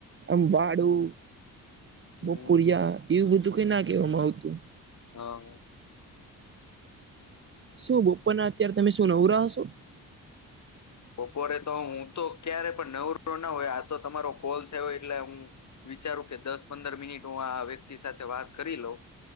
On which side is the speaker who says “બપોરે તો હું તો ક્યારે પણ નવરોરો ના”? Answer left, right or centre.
Left